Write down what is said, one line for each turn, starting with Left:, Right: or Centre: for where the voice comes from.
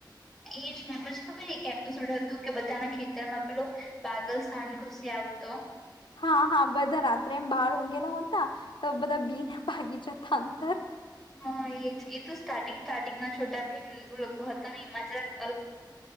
Centre: એ પછી એક એપિસોડ હતું કે બધાના ખેતરમાં પેલો બાગલ સાંડ ઘુસી આવતો
Left: હા હા બધા રાત્રે એમ બહાર ઊંઘેલા હોતા તો બધા બી ને ભાગી જતા અંદર
Centre: હા એ એ તો સ્ટાર્ટિંગ સ્ટાર્ટિંગ ના છોટા ભીમ લોકો હતા ને એમાં જરા